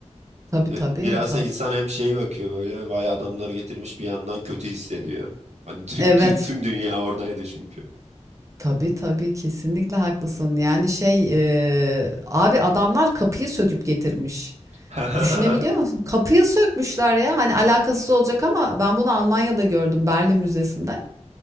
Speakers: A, on the right; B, on the right.
A: Tabii
B: Ve
A: tabii
B: Biraz
A: tabii.
B: da insan hem şey bakıyor böyle vay adamlar getirmiş bir yandan kötü hissediyor. Hani tü-
A: Evet.
B: tü- tüm dünya oradaydı çünkü.
A: Tabii tabii kesinlikle haklısın. Yani şey e, abi adamlar kapıyı söküp getirmiş.
B: <laughs>
A: Düşünebiliyor musun? Kapıyı sökmüşler ya. Hani alakasız olacak ama ben bunu Almanya'da gördüm Berlin Müzesi'nde.